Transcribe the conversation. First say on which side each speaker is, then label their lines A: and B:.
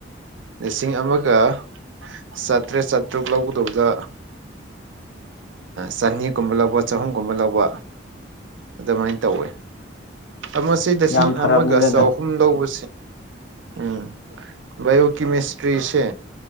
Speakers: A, on the right; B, on the left.
A: ꯂꯤꯁꯤꯡ ꯑꯃꯒ ꯆꯥꯇ꯭ꯔꯦꯠ ꯆꯥꯇ꯭ꯔꯨꯛ ꯂꯧꯒꯗꯧꯗ ꯆꯅꯤꯒꯨꯝꯕ ꯂꯧꯕ ꯆꯍꯨꯝꯒꯨꯝꯕ ꯂꯧꯕ ꯑꯗꯨꯃꯥꯏꯅ ꯇꯧꯋꯦ ꯑꯃꯁꯦ ꯂꯤꯁꯤꯡ
B: ꯌꯥꯝ ꯐꯔꯕꯅꯤꯗ
A: ꯑꯃꯒ ꯆꯍꯨꯝ
B: ꯑꯗꯨ
A: ꯂꯧꯕ ꯎꯝ ꯕꯥꯢꯑꯧ ꯀꯦꯃꯦꯁꯇ꯭ꯔꯤꯁꯦ